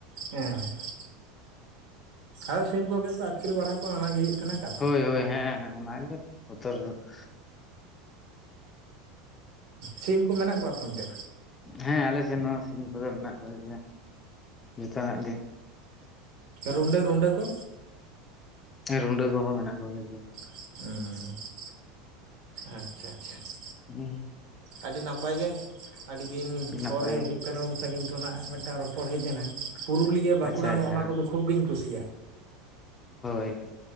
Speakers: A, on the right; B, on the left.
A: ᱦᱮᱸ ᱾ ᱟᱨ ᱥᱤᱢ ᱠᱚᱜᱮ ᱠᱚ ᱟᱹᱛᱠᱤᱨ ᱵᱟᱲᱟ ᱠᱚᱣᱟ, ᱚᱱᱟ ᱜᱮ ᱦᱩᱭᱩᱜ ᱠᱟᱱᱟ ᱠᱟᱛᱷᱟ ᱾
B: ᱦᱳᱭ ᱦᱳᱭ, ᱦᱮᱸ, ᱚᱱᱟ ᱜᱮ ᱵᱚᱛᱚᱨ ᱫᱚ ᱾
A: ᱥᱤᱢ ᱠᱚ ᱢᱮᱱᱟᱜ ᱠᱚᱣᱟ ᱛᱚ ᱚᱱᱛᱮ?
B: ᱦᱮᱸ, ᱟᱞᱮ ᱥᱮᱱ ᱦᱚᱸ ᱥᱤᱢ ᱠᱚᱫᱚ ᱢᱮᱱᱟᱜ ᱠᱚ ᱜᱮᱭᱟ ᱡᱚᱛᱚᱱᱟᱜ ᱜᱮ ᱾
A: ᱨᱩᱸᱰᱟᱹ, ᱨᱩᱸᱰᱟᱹ ᱠᱚ?
B: ᱨᱩᱸᱰᱟᱹ ᱠᱚᱦᱚᱸ ᱢᱮᱱᱟᱜ ᱠᱚ ᱜᱮᱭᱟ ᱾
A: ᱦᱮᱸ ᱾ ᱟᱪᱪᱷᱟ ᱟᱪᱪᱷᱟ ᱾
B: ᱦᱮᱸ
A: ᱟᱹᱰᱤ ᱱᱟᱯᱟᱭ ᱜᱮ ᱟᱹᱰᱤ ᱫᱤᱱ
B: ᱱᱟᱯᱟᱭ
A: ᱯᱚᱨᱮ ᱦᱩᱭᱩᱜ ᱠᱟᱱᱟ ᱩᱱ ᱥᱟᱺᱜᱤᱧ ᱠᱷᱚᱱᱟᱜ ᱢᱤᱫᱴᱟᱝ ᱨᱚᱯᱚᱲ ᱦᱮᱡ ᱮᱱᱟ ᱯᱩᱨᱩᱞᱤᱭᱟᱹ, ᱵᱟᱸᱠᱩᱲᱟ
B: ᱟᱪᱪᱷᱟ
A: ᱱᱚᱜᱼ
B: ᱟᱪᱪᱷᱟ
A: ᱱᱚᱣᱟ ᱠᱚᱫᱚ ᱠᱷᱩᱵᱽ ᱜᱤᱧ ᱠᱩᱥᱤᱭᱟᱜᱼᱟ᱾
B: ᱦᱳᱭ ᱦᱳᱭ